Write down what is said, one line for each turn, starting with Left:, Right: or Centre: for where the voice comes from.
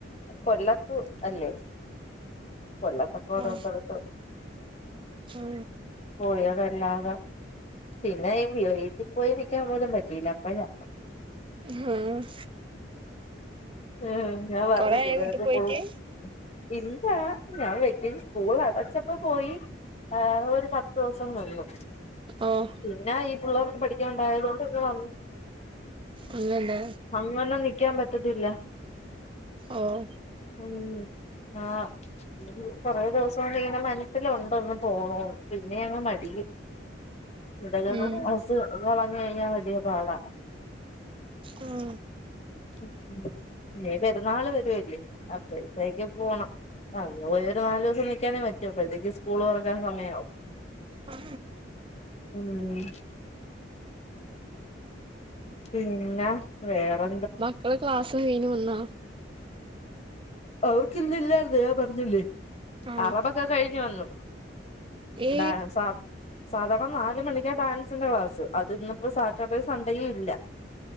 Left: കൊല്ലത്തു അല്ലേ കൊല്ലത്തൊക്കെ ഓരോ
Right: ആ
Left: സ്ഥലത്ത്
Right: ആ
Left: പോയതല്ലാതെ പിന്നെ ഈ വീട്ടിൽ പോയിരിക്കാൻ പോലും പറ്റിയില്ല അപ്പഴാ
Right: ഹും
Left: ഏഹ് ഞാൻ പറഞ്ഞില്ലേ
Right: കൊറേ ആയോ വീട്ടി
Left: വീട്ടിൽ
Right: പോയിട്ട്
Left: പോകും ഇല്ലാ ഞാൻ വെക്കേഷൻ സ്കൂൾ അടച്ചപ്പോ പോയി ആഹ് ഒരു പത് ദിവസൊന്നില്ല
Right: ആഹ്
Left: പിന്നെ ഈ പിള്ളേർക്ക് പഠിക്കാൻ ഉണ്ടായത് കൊണ്ട് വന്നു
Right: ഒന്നല്ലെ
Left: അങ്ങനെ നിക്കാൻ പറ്റത്തില്ല
Right: ഓഹ്
Left: ഉം ആഹ് വിട്ടി കുറെ ദിവസം കൊണ്ട് ഇങ്ങനെ മനസ്സിലുണ്ടൊന്ന് പോണോന്ന് പിന്നെ അങ്ങ് മടി ഇവിടെ എല്ലാർകും
Right: ഉം
Left: അസുഖം വന്ന് കഴിഞ്ഞാൽ വലിയ പാടാ
Right: ഉം
Left: ഉം ഇനി പെരുന്നാള് വരുവല്ലേ അപ്പഴ്ത്തേക്കു പോണം അന്ന് പോയി ഒരു നാലെസം നിൽക്കാനേ പറ്റു അപ്പഴ്ത്തേക്കും സ് സ്കൂള് തൊറക്കാൻ സമയാവും
Right: ആ
Left: ഉം പിന്ന വേറെ
Right: മക്കള് ക്ലാസ് കഴിഞ്ഞു വന്നാ
Left: അവർക്ക് ഇന്ന് ഇല്ലായിരുന്ന് ഞാൻ പറഞ്ഞില്ലേ
Right: ആ
Left: അറബക്കെ കഴിഞ്ഞ് വന്ന്
Right: ഈ
Left: ഡാൻസാ സാധാർണ നാല് മണിക്ക ഡാൻസിന്റെ ക്ലാസ് അത് ഇന്നിപ്പോ സാറ്റർഡേയും സൺഡേയും ഇല്ല